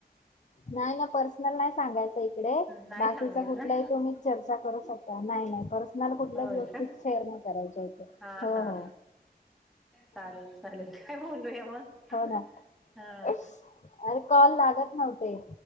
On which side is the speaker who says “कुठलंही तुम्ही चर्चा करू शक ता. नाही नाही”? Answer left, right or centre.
Left